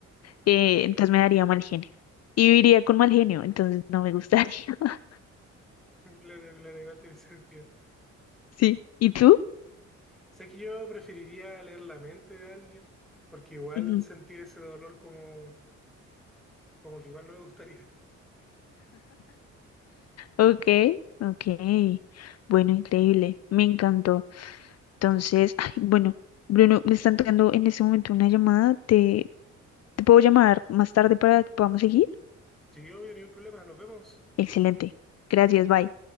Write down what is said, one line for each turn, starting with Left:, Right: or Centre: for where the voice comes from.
Left: Eh, entonces me daría mal genio. Y viviría con mal genio, entonces no me gustaría. <laughs>
Centre: Claro, claro, igual tiene sentido.
Left: Sí. ¿Y tú?
Centre: Sé que yo preferiría leer la mente de alguien, porque igual
Left: Ujú.
Centre: sentir ese dolor como, como que igual no me gustaría. <laughs>
Left: Ok, ok. Bueno, increíble. Me encantó. Entonces, ay, bueno, Bruno, me están tocando en este momento una llamada. ¿Te, te puedo llamar más tarde para que podamos seguir?
Centre: Sí, obvio, ningún problema, nos vemos.
Left: Excelente. Gracias, bye.